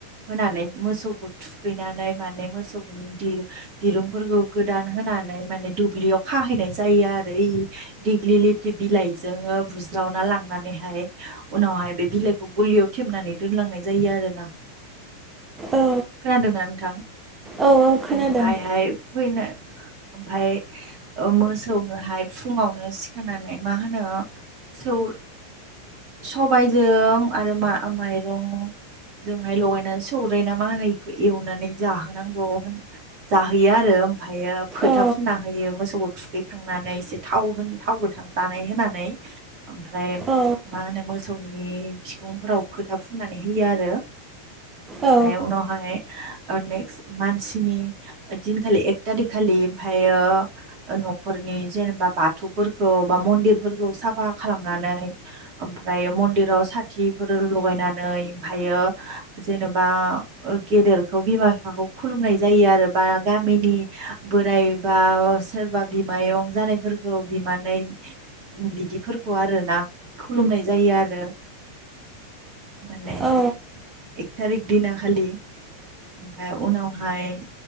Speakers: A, on the right; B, on the right.
A: होनानै मोसौखौ थुखैनानै माने मोसौ दिर दिरुंफोरखौ गोदान होनानै माने दुब्लियाव खाहैनाय जायो आरो इ देग्लि लेथि बिलाइजोंओ बुज्रावना लांनानैहाय उनावहाय बे बिलाइखौ गलियाव थेबनानै दोनलांनाय जायो आरोना।
B: औ
A: खोनादोंना नोंथां
B: औ खोनादों
A: ओमफायहाय फैनो ओमफाय ओ-मोसौनोहाय फुङावनो सिखारांनानै मा होनो सौ सबायजों आरो मा माइरं जोंहाय लगायनानै सौरो ना मा होनोखौ एवनानै जाहोनांगौ जाहैयो आरो ओमफ्रायो फोथा
B: औ
A: फुनना होयो मोसौखौ थुखैखांनानै एसे थाव होन थाव गोथां जानाय होनानै ओमफ्राय
B: औ
A: मा होनो मोसौनि नि बिखुंफोराव खोथा फुननानै होयो आरो। ओमफ्राय
B: औ
A: उनावहाय ओ नेक्स्ट मानसिनि दिनखालि एक थारिख खालि ओमफ्राययो न'खरनि जेनेबा बाथौफोरखौ बा मन्दिरफोरखौ साफा खालामनानै ओमफ्राय मन्दिराव साथिफोर लगायनानै थायो जेनेबा गेदेरखौ बिमा-बिफाखौ खुलुमनाय जायो आरो बा गामिनि बोराइबा सोरबा बिमायं जानायफोरखौ बिमानै बिदिफोरखौ आरोना खुलुमनाय जायो आरो। माने
B: औ
A: एक थारिख दिना खालि ओमफ्राय उनावहाय